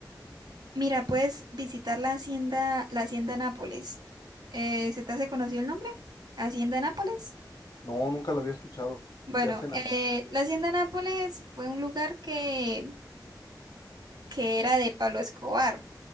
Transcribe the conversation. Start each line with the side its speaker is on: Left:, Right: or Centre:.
Right: Mira, puedes visitar la hacienda, la hacienda Nápoles. Eh, ¿se te hace conocido el nombre? Hacienda Nápoles.
Left: No, nunca lo había escuchado.
Right: Bueno,
Left: ¿Qué hacen
Right: eh,
Left: ahí?
Right: la hacienda Nápoles fue un lugar que, que era de Pablo Escobar.